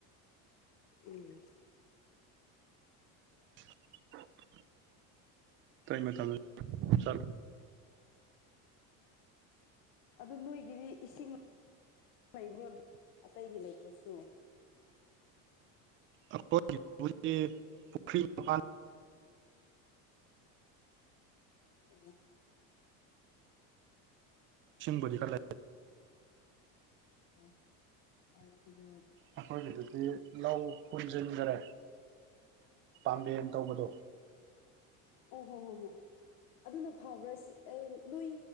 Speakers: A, on the left; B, on the right.
A: ꯎꯝ
B: <unintelligible> ꯇꯥꯏ ꯃ ꯊ ꯆ
A: ꯑꯗꯨ ꯅꯣꯏꯒꯤꯗꯤ ꯏꯁꯤꯡ ꯂꯩꯕ꯭ꯔꯣ ꯑꯗꯨ ꯑꯇꯩꯒꯤ ꯂꯩꯇ꯭ꯔꯁꯨ
B: ꯑꯩꯈꯣꯏꯒꯤ ꯄꯨꯨꯈ꯭ꯔꯤ ꯃꯄꯥꯟ <unintelligible>
A: <unintelligible> ꯑꯣ
B: ꯕꯣꯂꯤ ꯀ <unintelligible>
A: ꯑꯣ ꯍ ꯑꯗꯨ
B: ꯑꯩꯈꯣꯏꯒꯤꯗꯨꯗꯤ ꯂꯧ ꯍꯨꯟꯖꯤꯟꯈꯔꯦ ꯄꯥꯝꯕꯅ ꯇꯧꯕꯗꯣ
A: ꯑꯣ ꯍꯣ ꯍꯣ ꯍꯣꯏ ꯑꯗꯨꯅ ꯐꯕ꯭ꯔꯥ ꯁꯤ ꯑꯦ ꯅꯣꯏ